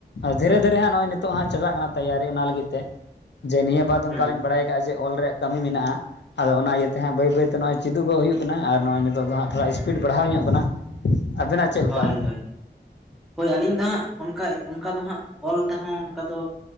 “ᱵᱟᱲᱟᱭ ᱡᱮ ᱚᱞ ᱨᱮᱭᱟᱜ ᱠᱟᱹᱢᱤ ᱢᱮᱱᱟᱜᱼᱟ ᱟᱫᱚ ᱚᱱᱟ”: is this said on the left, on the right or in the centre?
Left